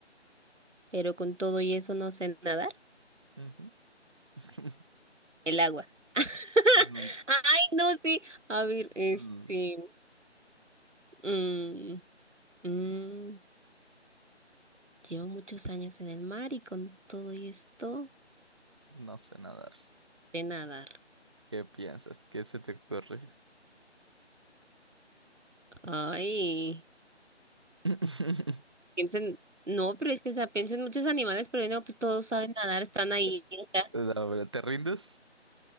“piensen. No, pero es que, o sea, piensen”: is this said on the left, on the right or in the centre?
Right